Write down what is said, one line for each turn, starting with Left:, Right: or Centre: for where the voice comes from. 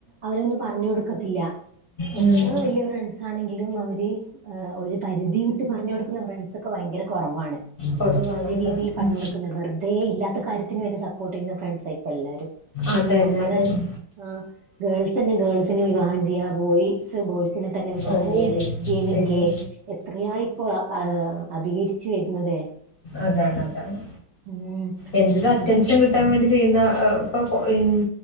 Right: അവരൊന്നും പറഞ്ഞു കൊടുക്കത്തില്ല.
Left: ഉം,
Right: എത്ര വലിയ ഫ്രണ്ട്സ് ആണെങ്കിലും അവര് ഏ ഒരു പരിധി വിട്ട് പറഞ്ഞുകൊടുക്കുന്ന ഫ്രണ്ട്സ് ഒക്കെ ഭയങ്കര കുറവാണ്
Left: കുറവാണ്
Right: നല്ല
Left: അതാണ്
Right: രീതിൽ പറഞ്ഞോടുക്കുന്നത്
Left: ഉം.
Right: വെറുതെ ഇല്ലാത്ത കാര്യത്തിന് വരെ സപ്പോർട്ട് ചെയ്യുന്ന ഫ്രണ്ട് സാ ഇപ്പ എല്ലാരും
Left: അതന്നെ
Right: ഇപ്പ നമ്മള്
Left: അതന്നെ
Right: ആഹ് ഗേൾസ് തന്നെ ഗേൾസിനെ വിവാഹം ചെയ്യാം ബോയ്സ് ബോയ്സിനെ തന്നെ വിവാഹം
Left: ഓ
Right: ചെയ്യാം അല്ലേ ലസ് ബിയെന്
Left: ചെയ്യും
Right: ഗെ എത്രയായി ഇപ്പൊ ആ അധികരിച്ചു വരുന്നതേ.
Left: അതാണ് അതാണ്.
Right: ഉം
Left: എന്ത് ഒരു അറ്റൻഷൻ
Right: അത്
Left: കിട്ടാൻ വേണ്ടി ചെയ്യുന്ന ഇപ്പൊ പൊ ഇൻ